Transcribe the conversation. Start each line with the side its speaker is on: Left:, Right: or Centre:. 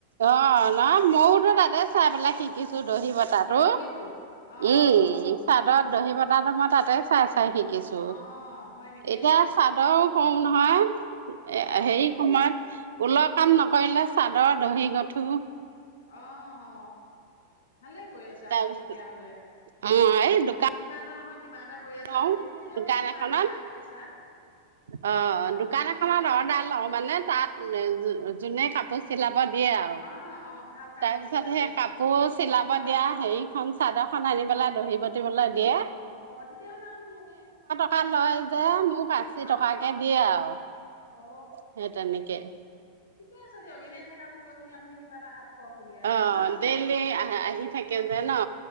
Right: অ নহয় ময়তো তাতে চাই পেলাই শিক কি দহি বতাটো
Left: দহিটো অহ
Right: উম চাদত দহি বতাহটো মই তাতেই চাইছো চাই শিকিছো
Left: অহ হয় নেকি
Right: এতিয়া চাদৰ কওঁ নহয়। এ
Left: অ
Right: সেই সময়ত ঊলৰ কাম নকৰিলে চাদৰ দহি গঠো
Left: অ অ। ভালে কৰি আছে
Right: তাৰপিছত
Left: আপুনি তেতিয়াাহলে
Right: অ' এই দোকান
Left: ন কিবা এটা নহয় কিবা এটা কৰি আছে
Right: লওঁ
Left: দহি গঠিলেওতো
Right: দোকান
Left: কিবা
Right: এখনত
Left: এটা পাই পইচা।
Right: অ'
Left: আৰু
Right: দোকান এখনত
Left: বেলেগ
Right: অৰ্ডাৰ লওঁ মানে তাত <unintelligible> যোনে কাপোৰ চিলা দিয়ে আৰু।
Left: অ অ ভাল কাম
Right: তাৰপিছত
Left: কৰিছে আপুনি
Right: সেই কাপোৰ চিলাব
Left: অ
Right: দিয়া
Left: অ
Right: হেৰিখন চাদৰখন আনি পেলাই দহি বতিবলৈ দিয়ে।
Left: অ' তেতিয়াহ'লে আপুনি বহু
Right: কা লয় যে, মোক
Left: অ
Right: টকাকে দিয়ে আৰু।
Left: অ
Right: সেই তেনেকে।
Left: ঠিকে আছে দিয়ক। এনেই থকা সময়খিনি আপুনি কিবা এটা হাত খৰচ উলিয়াই আছে
Right: অ'
Left: নহয় জানো
Right: ডেইলি আহ- আহি থাকে যে ন'।